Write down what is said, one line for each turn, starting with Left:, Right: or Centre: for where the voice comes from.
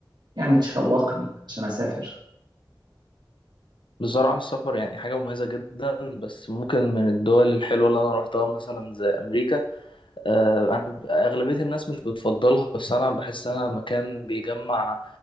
Right: يعني تشوقني عشان أسافر
Left: بصراحه السفر يعني حاجه مميزه جدا بس ممكن من الدول الحلوه اللي انا روحتها مثلا زي امريكا آه، انا اغلبيه الناس مش بتفضلها بس انا بحس انها مكان بيجمع